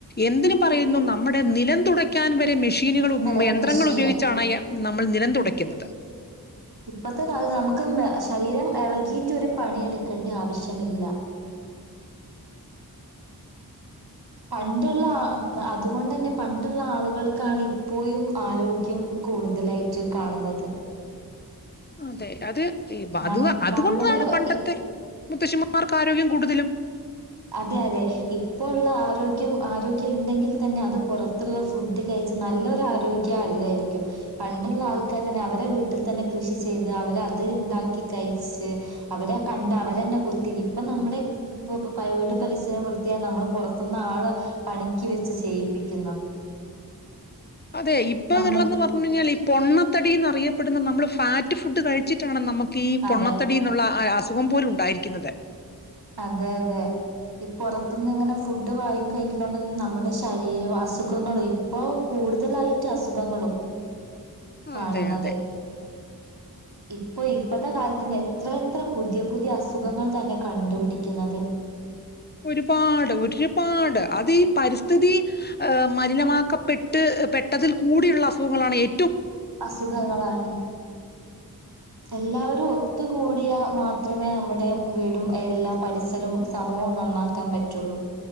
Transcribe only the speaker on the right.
വരെ
മെഷീന്
ഇപ്പത്തെ കാലത്ത് നമുക്ക് ശരീരം ഇളകിയിട്ട ഒരു പണിയെടുക്കേണ്ടി ആവശ്യമില്ല പണ്ടുള്ള അതുകൊണ്ട തന്നെ പണ്ടുള്ള ആളുകൾക്കാണ് ഇപ്പോഴും ആരോഗ്യം കൂടുതലായിട്ട് കാണുന്നത്
നം
നമ്മുടെ
ഇ
അതെ അതെ ഇ ഇപ്പോ ഉള്ള ആരോഗ്യം ആരോഗ്യം ഉണ്ടെങ്കിൽ തന്നെ അത് പുറത്തുള്ള ഫുഡ് കഴച്ച് നല്ലൊരു ആരോഗ്യ അല്ലായിരിക്കും പണ്ടുള്ള ആൾക്കാർ തന്നെ അവരെ വീട്ടിൽ തന്നെ കൃഷി ചെയ്ത് അവരെ അത് ഉണ്ടാക്കി കഴിച്ച് അവരെ കണ്ട് അവരന്നെ കൊത്തി അപ്പൊ നമ്മുടെ ഇൊ വീടും പരിസരവും വൃത്തിയായി നമ്മള് പുറത്തുന്ന് ആള് പണിക്ക് വെച്ച് ചെയ്യിപ്പിക്കുന്നു
നമ്മക്ക്
അതെ
അതെ അതെ ഇപ്പ പുറത്തുന്ന് ഇങ്ങനെ ഫുഡ് വായിും കഴിക്കുന്നണ്ട് തന്നെ നമ്മുടെ ശരീരം അസുഖങ്ങളും ഇപ്പൊ കൂടുതലായിട്ട് അസുഖങ്ങളും കാണുന്നത്
ഇപ്പൊ ഇപ്പത്തെ കാലത്തിന്റെ എത്ര എത്ര പുതിയ പുതിയ അസുഖങ്ങൾ തന്നെ കണ്ട്ു ത്തു പടിക്കുന്നത്
അസുഖങ്ങളാണ് എല്ലാവരും ഒത്തുകൂടിയാ മാത്രമേ നമ്മുടെ വീടും എല്ലാ പരിസരവും സമൂവും നന്നാക്കാൻ പറ്റുള്ളൂ